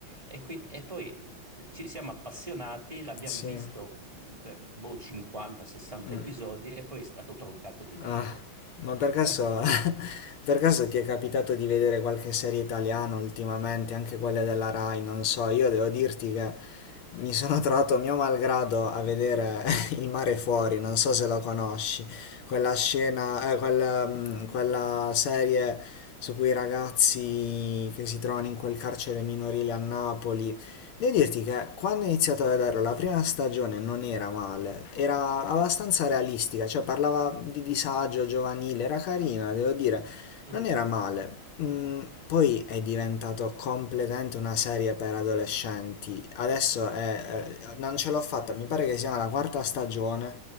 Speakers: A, on the right (about 20°); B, on the left (about 80°).
A: E, quindi- e poi eh, ci siamo appassionati, l'abbiamo
B: Sì.
A: visto mh, per boh, 50-60
B: Mm.
A: episodi e poi è stato troncato di netto.
B: Ah, ma
A: <laughs>
B: per caso <laughs> Per caso ti è capitato di vedere qualche serie italiana ultimamente, anche quelle della Rai? Non so, io devo dirti che mi sono trovato mio malgrado a vedere <laughs> Il mare fuori, non so se lo conosci, quella scena, eh, quella, mm, quella serie su quei ragazzi che si trovano in quel carcere minorile a Napoli Devo dirti che quando ho iniziato a vederlo la prima stagione non era male, era abbastanza realistica, cioè parlava di disagio giovanile, era carina, devo dire,
A: Mhm.
B: non era male. Mm, poi è diventato completamente una serie per adolescenti. Adesso è, eh, non ce l'ho fatta, mi pare che sia la quarta stagione.